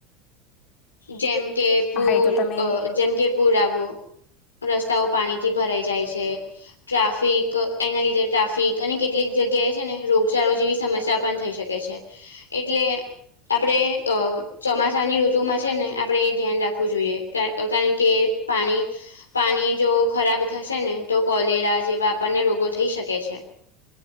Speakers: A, on the left; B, on the left.
A: જેમકે પુર
B: હા એ તો તમે
A: અ જેમકે પુર આવવું રસ્તાઓ પાણીથી ભરાઈ જાય છે. ટ્રાફિક એના લીધે ટ્રાફિક અને કેટલીક જગ્યાએ છે ને રોગચાળો જેવી સમસ્યા પણ થઈ શ કે છે એટલે આપણે ચોમાસાની <unintelligible> <unintelligible> માં છે ને આપણે એ ધ્યાન રાખવું જોઈએ કા કારણ કે પાણી પાણી જો ખરાબ થશે ને તો કોલેરા જેવા આપણને રોગો થઈ શકે છે.